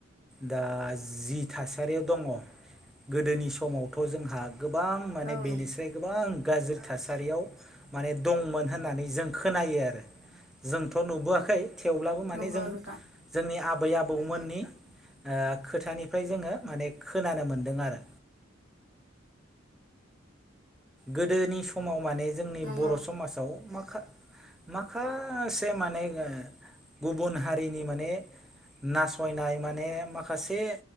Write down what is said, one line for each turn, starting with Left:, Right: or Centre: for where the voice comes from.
Centre: दा जि थासारियाव दङ गोदोनि समावथ' जोंहा गोबां माने
Right: औ
Centre: बेनिस्राय
Right: नंगौ
Centre: गोबां गाज्रि थासारियाव माने दंमोन होननानै जों खोनायो आरो। जोंथ' नुबोआखै थेवब्लाबो माने
Right: नंगौ
Centre: जों
Right: नोंथां
Centre: जोंनि आबै आबौमोननि ओ खोथानिफ्राय जोङो माने खोनानो मोनदों आरो। गोदोनि समाव माने जोंनि
Right: नंगौ
Centre: बर' समाजाव माखा माखासे माने ओ गुबुन हारिनि माने नासयनाय माने माखासे